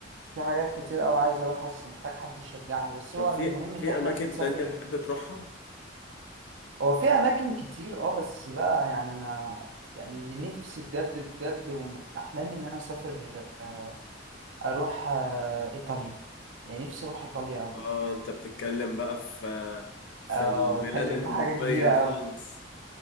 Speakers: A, on the right (about 75°); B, on the left (about 70°).
A: في حاجات كتير أوي عايز أروحها بس محتاج حد يشجعني بس هو
B: طب في
A: المهم إن
B: في
A: إحنا
B: اماكن
A: نسافر
B: تانية تحب تروحها
A: هو في أماكن كتير اه بس بقى يعني أنا يعني اللي نفسي بجد بجد ومن أحلامي إن أنا أسافر آه، أروح آه، إيطاليا يعني نفسي أروح إيطاليا أوي
B: اه انت بتتكلم بقى في في
A: اه
B: البلاد
A: بتكلم
B: الأوروبية
A: في حاجة كبيرة أوي
B: خالص